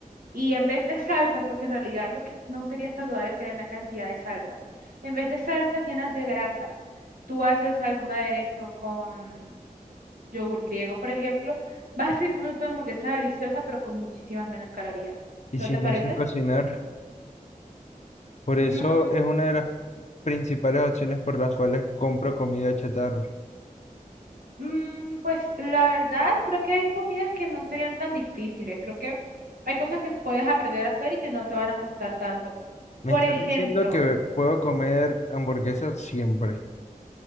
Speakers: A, on the right; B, on the left.
A: y en vez de salsas, porque en realidad lo que no sería saludable sería la cantidad de salsas. En vez de salsas llenas de grasas, tú haces algún aderezo con yogur griego, por ejemplo, vas a seguir comiendo tu hamburguesa deliciosa, pero con muchísimas menos calorías.
B: Y
A: ¿No
B: si
A: te
B: no
A: parece?
B: sé cocinar, por eso
A: Mm,
B: es una de las principales opciones por las cuales compro comida chatarra.
A: mm, pues la verdad, creo que hay comidas que no serían tan difíciles. Creo que hay cosas que puedes aprender a hacer y que no te van a costar tanto.
B: ¿Me
A: Por
B: estás
A: ejemplo,
B: diciendo que puedo comer hamburguesas siempre?